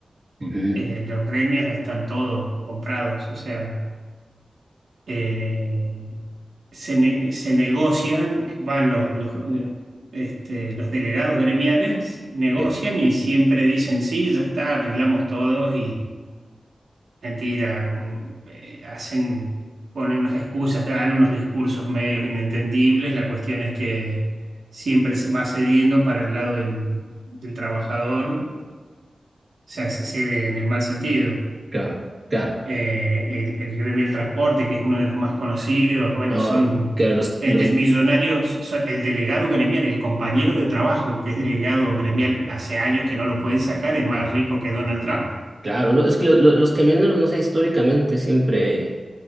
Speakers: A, on the right (about 40°); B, on the right (about 85°).
A: Ujú.
B: eh, los gremios están todos comprados, o sea, eh, se, ne- se negocian, van los, los, eh, este, los delegados gremiales, negocian
A: Sí,
B: y siempre dicen, sí, ya está, arreglamos todos mentira, mm, eh, hacen, ponen unas excusas, dan unos discursos medios inentendibles. La cuestión es que siempre se va cediendo para el lado del, del trabajador, o sea, se cede en el mal sentido.
A: claro, claro.
B: Eh, el, el gremio del transporte, que es uno de los más conocidos, bueno,
A: No,
B: son
A: claro, los,
B: gentes
A: los,
B: millonarios, so, son el delegado gremial, el compañero de trabajo, que es delegado gremial hace años que no lo pueden sacar, es más rico que Donald Trump.
A: claro, no, es que lo- lo- los camioneros, no sé, históricamente siempre